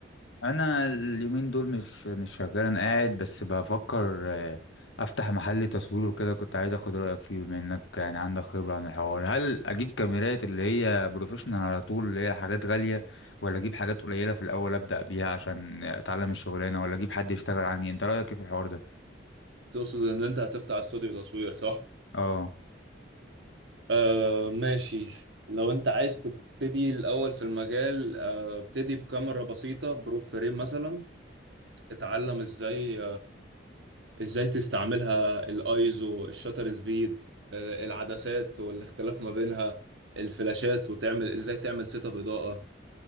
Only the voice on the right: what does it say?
تقصد ان انت هتفتح استوديو تصوير صح؟
آه ماشي لو انت عايز تبتدي الاول في المجال آه ابتدي بكاميرا بسيطة بروف فريم مثلا اتعلم ازاي ازاي تستعملها الايزو الشاتر سبيد آه، العدسات والاختلاف ما بينها الفلاشات وتعمل ازاي تعمل سيت اب اضاءة